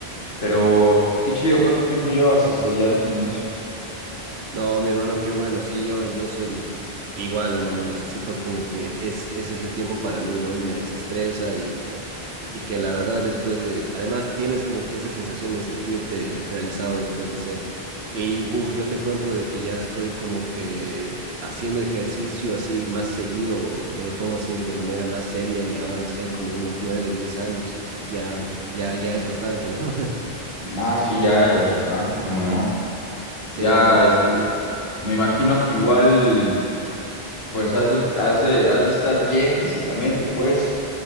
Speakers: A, on the left (about 75°); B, on the right (about 90°).
A: Pero, qué chido, ¿cuánto tiempo llevas este, ya en el gimnasio?
B: No, mi hermano, qué bueno. Sí, yo, yo soy igual, hermano. Necesito como que es, es ese tiempo para mí, ¿no? Y me desestresa y, y que la verdad después de, además tienes como que esa sensación de sentirte realizado después de hacer. Y uff, yo te cuento de que ya estoy como que haciendo ejercicio así más seguido, me lo tomo así de manera más seria, ya van a ser como unos nueve, diez años. Ya, ya, ya es bastante, ¿no? <laughs>
A: Ah, sí, ya, ya es bastante, ¿cómo no? Ya,
B: Sí, no,
A: este, me imagino que igual, pues has de, has de, has de estar bien físicamente, pues.